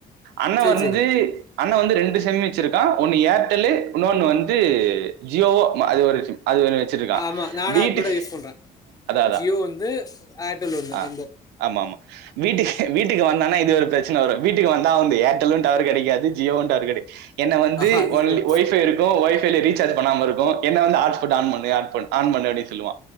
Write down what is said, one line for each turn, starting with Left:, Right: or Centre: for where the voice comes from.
Right: அண்ண
Left: சரி,
Right: வந்து
Left: சரி.
Right: அண்ணா வந்து ரெண்டு சிம் வெச்சுருக்கா ஒன்னு ஏர்டெல்லு இன்னொன்னு வந்து ஜியோவோ அது ஒரு சிம் அது ஒன்னு வச்சிருக்கா
Left: ஆமா நானா
Right: வீட்டுக்கு
Left: <unintelligible> யூஸ் பண்ற
Right: அதா அதா
Left: ஜியோ வந்து ஏர்டெல் ஒன்னு
Right: ஆ
Left: எந்தோ
Right: ஆமா ஆமா வீட்டுக்கு வீட்டுக்கு வந்தனா இது ஒரு பிரச்சன வரும் வீட்டுக்கு வந்தா வந்து ஏர்டெல்லு டவர் கெடைக்காது ஜியோவ டவர் கெடைக்காது என்ன வந்து
Left: ஆஹ், அது
Right: ஒன்லி
Left: சரி.
Right: ஒய்பை இருக்கு ஒய்பைல ரீச் ரிசார் பண்ணாம இருக்கு என்ன வந்து ஆட்ஸ்பாட் ஆன் பண்ணு ஆன் பண்ணூ அப்டின்னு சொல்லுவா